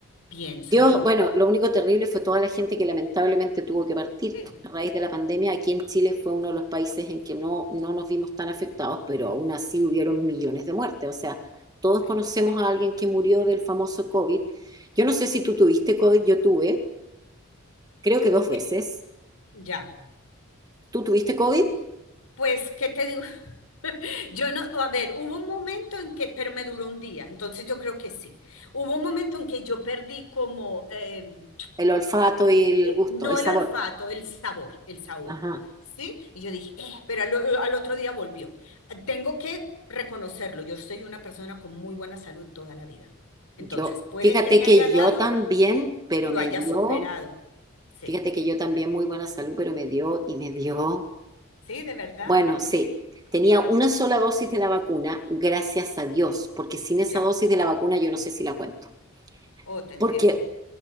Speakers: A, on the left; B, on the right.
A: pienso
B: Dios,
A: yo.
B: bueno, lo único terrible fue toda la gente que lamentablemente tuvo que partir
A: Sí,
B: a raíz de la pandemia. Aquí en Chile fue uno de los países en que no, no nos vimos tan afectados, pero aún así hubieron millones de muertes. O sea, todos
A: sí.
B: conocemos a alguien que murió del famoso COVID. Yo no sé si tú tuviste COVID, yo tuve, creo que dos veces.
A: Eh, ya,
B: ¿Tú tuviste COVID?
A: pues, ¿qué te digo? <laughs> Yo no, a ver, hubo un momento en que, pero me duró un día, entonces yo creo que sí. Hubo un momento en que yo perdí como, em,
B: El olfato y el
A: eh,
B: gusto,
A: no
B: el sabor.
A: el olfato, el sabor, el sabor,
B: Ajá.
A: ¿sí? Y yo dije, eh, pero al, o- al otro día volvió. Ah, Tengo que reconocerlo, yo soy una persona con muy buena salud toda la vida. Entonces,
B: Yo,
A: puede
B: fíjate
A: que me
B: que
A: haya dado
B: yo también,
A: y,
B: pero
A: y lo
B: me
A: haya
B: dio,
A: superado. Sí,
B: fíjate que yo también muy buena salud, pero me dio y me dio.
A: sí, de verdad,
B: Bueno,
A: Moni,
B: sí, tenía una sola dosis de la vacuna, gracias a Dios, porque sin esa
A: ya.
B: dosis de la vacuna yo no sé si la cuento,
A: Oh, te entiendo.
B: porque